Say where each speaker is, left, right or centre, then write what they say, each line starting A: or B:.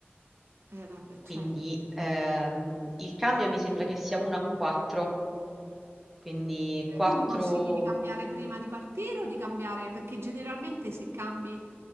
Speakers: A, on the right; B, in the centre.
A: Eh, vabbè,
B: quindi
A: certo,
B: ehm,
A: certo.
B: il cambio mi sembra che sia 1 a 4, quindi
A: Eh,
B: 4,
A: Tu mi consigli di cambiare prima di partire o di cambiare? Perché generalmente se cambi